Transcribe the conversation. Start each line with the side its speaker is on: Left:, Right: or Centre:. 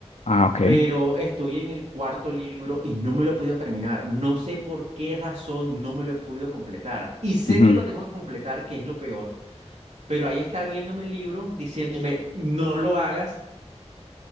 Left: Ah, ok.
Right: pero estoy en el cuarto libro y no me lo he podido terminar. No sé por qué razón no me lo he podido completar. Y sé
Left: Ujú.
Right: que lo tengo que completar, que es lo peor, pero ahí está viéndome el libro diciéndome, no lo hagas